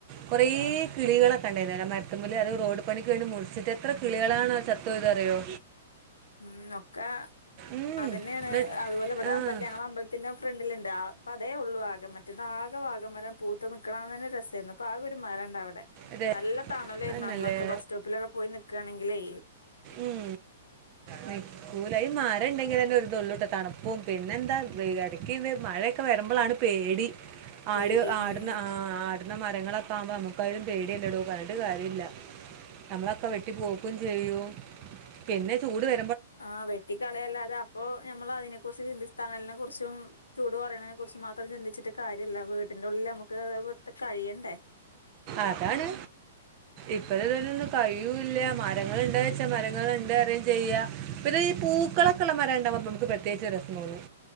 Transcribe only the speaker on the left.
ആഹ്
ഉം ഒക്കെ
അത് തന്നെയാണ്
അതുപോലെ ഇവിടെ
അമ്പല ഞങ്ങടെ അമ്പലത്തിന്റെ ഫ്രണ്ടിലുണ്ട് അപ്പ അതേ ഉള്ള ആകെ മറ്റ ആകെ വാഗമരം പൂത്ത് നൽക്കണ തന്നെ ഒരു രസായിരുന്നു അപ്പൊ ആക ഒരു മരണ്ടവിടെ
നല്ല തണലായിരുന്നു
അന്നൊക്കെ ബസ് സ്റ്റോപ്പിലൊക്കെ പോയി നിക്കുകവാണെങ്കിലേ
പേടി
ഉം
ആ വെട്ടിക്കളയല്ലാതെ അപ്പൊ നമ്മൾ അതിനെ കുറിച്ച് ചിന്തി തണലിനെ കുറിച്ചും ചൂട് പറയണതിനെ കുറിച്ചും മാത്രം ചിന്തിച്ചിട്ട് കാര്യമില്ല വീട്ടിന്റെ ഉള്ളിൽ നമുക്ക് അ കഴിയണ്ടേ